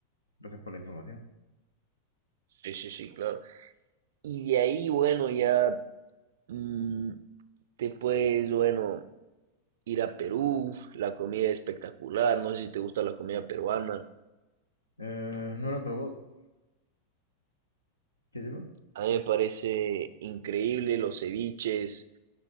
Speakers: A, on the left (about 80°); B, on the right (about 55°).
A: Gracias por la información.
B: Sí, sí, sí, claro. Y de ahí, bueno, ya mm, te puedes, bueno, ir a Perú, la comida es espectacular, no sé si te gusta la comida peruana,
A: Eh, no lo he probado. ¿Qué lleva?
B: a mí me parece increíble los ceviches,